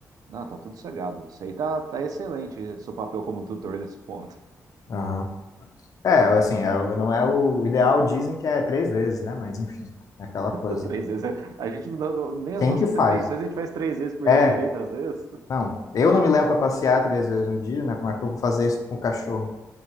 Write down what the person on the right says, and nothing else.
Ah, tá tudo cegado. Isso aí tá, tá excelente, seu papel como tutor nesse ponto.
<laughs> Três vezes. é- A gente não dá, nem as
nossas
refeições a gente faz três vezes por
dia direito, às vezes.